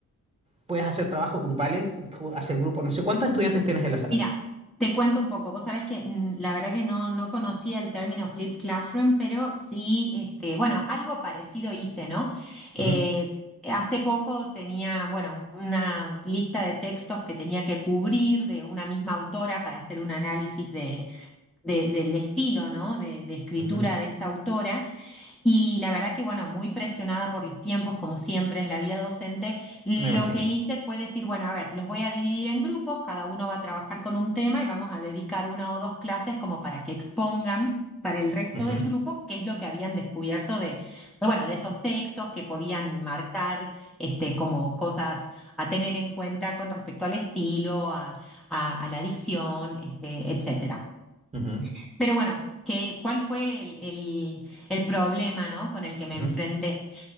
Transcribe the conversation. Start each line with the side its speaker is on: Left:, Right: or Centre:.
Right: puedes hacer trabajos grupales, ju- hacer grupos, no sé cuántos estudiantes tienes en la sala.
Centre: Mira, te cuento un poco. Vos sabés que mm, la verdad que no, no conocía el término Flip Classroom, pero sí, este, bueno, algo parecido hice, ¿no? Eh,
Right: Ujú,
Centre: hace poco tenía, bueno, una lista de textos que tenía que cubrir de una misma autora para hacer un análisis de, de- del estilo, ¿no? de de escritura
Right: ujú, ujú.
Centre: de esta autora. Y la verdad que, bueno, muy presionada por los tiempos, como siempre en la vida docente, lo
Right: Me imagino.
Centre: que hice fue decir, bueno, a ver, los voy a dividir en grupos, cada uno va a trabajar con un tema y vamos a dedicar una o dos clases como para que expongan para el resto
Right: Ujú,
Centre: del grupo qué es lo que habían descubierto de, de, bueno, de esos textos que podían marcar este, como cosas a tener en cuenta con respecto al estilo, a, a- a la dicción, este, etc.
Right: ujú,
Centre: Pero bueno, ¿qué, cuál fue el, el- el problema, ¿no? con el que me
Right: ujú.
Centre: enfrenté?